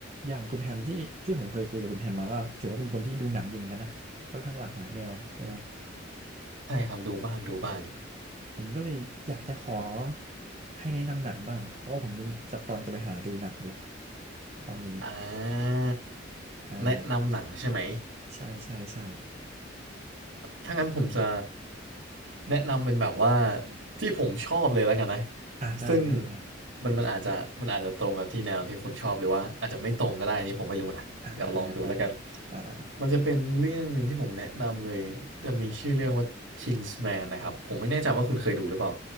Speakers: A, on the right; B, on the right.
A: อย่างคุณแฮมที่ที่ผมเคยคุยกับคุณแฮมมาก็ถือว่าเป็นคนที่ดูหนังอยู่เหมือนกันนะค่อนข้างหลากหลายแนวใช่ไหม
B: ใช่ครับดูบ้างดูบ้าง
A: ผมก็เลยอยากจะขอให้แนะนำหนังบ้างเพราะว่าผมนี่จะกำลังจะไปหาดูหนังเลยตอนนี้
B: อ่า
A: อ่า
B: แนะนำหนังใช่ไหม
A: ใช่ใช่ใช่
B: ถ้างั้นผมจะแนะนำเป็นแบบว่าที่ผมชอบเลยแล้วกันนะ
A: อ่าได้ได้
B: ซึ่งมันมันอาจจะมันอาจจะตรงกับที่แนวที่คุณชอบหรือว่าอาจจะไม่ตรงก็ได้นี่ผมไม่รู้นะเดี๋ยวลองดูแล้วกัน
A: อ่าอ่าได้ครับอ่าอา
B: มันจะเป็นเรื่องหนึ่งที่ผมแนะนำเลยจะมีชื่อเรื่องว่า Kingsman นะครับผมไม่แน่ใจว่าคุณเคยดูหรือเปล่า